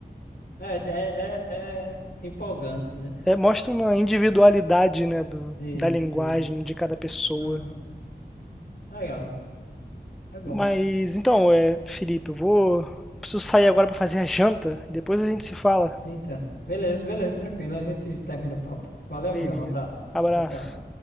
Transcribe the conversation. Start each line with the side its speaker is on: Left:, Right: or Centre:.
Left: É, é, é é empolgante, né?
Centre: É, mostra uma individualidade, né, do,
Left: Isso,
Centre: da linguagem
Left: isso.
Centre: de cada pessoa.
Left: Uhum. Legal. É bom.
Centre: Mas então, é, Felipe, eu vou preciso sair agora para fazer a janta e depois a gente se fala.
Left: Eita. Beleza, beleza, tranquilo. A gente termina o papo. Valeu,
Centre: Beleza.
Left: amigão. Um abraço.
Centre: Abraço.
Left: Tchau, tchau.